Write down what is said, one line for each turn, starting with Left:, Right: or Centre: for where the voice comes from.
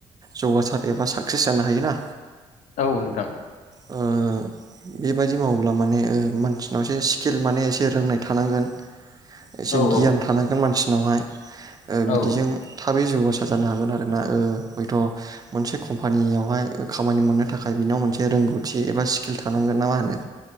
Right: जौगासार एबा साक्सेस जानो हायोना।
Left: औ नोंथां।
Right: बेबायदि मावोब्ला माने मानसिनावसो स्केल माने एसे रोंनाय थानांगोन। एसे
Left: औ
Right: गियान
Left: औ
Right: थानांगोन मानसि नावहाय। ओ बिदिजों
Left: औ
Right: थाबै जौगासार जानो हागोन आरोना हयथ' मोनसे कम्पानियावहाय खामानि मोननो बेे रोंगौथि एबा स्किल थानांगोन ना मा होनो